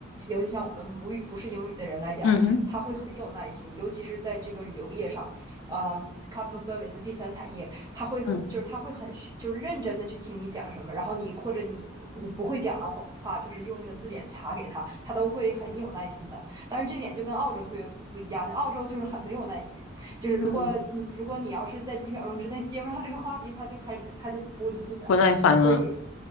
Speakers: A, on the right (about 20°); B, on the left (about 80°).
A: 尤其像我们母语不是英语的人来讲，
B: 嗯哼，
A: 他会很有耐心，尤其是在这个旅游业上，嗯，customer service 第三产业，他会很就是他会很就是认真的去听你讲什么，
B: 嗯
A: 然后你或者你你不会讲的话，就是用那个字典查给他，他都会很有耐心的。但是这一点就跟澳洲特别不一样，就澳洲就是很没有耐心。就是如果你如果你要是在几秒钟之内接不上这个话题，
B: 嗯，
A: 他就开始他就不理你了，
B: 不耐烦了，
A: 所以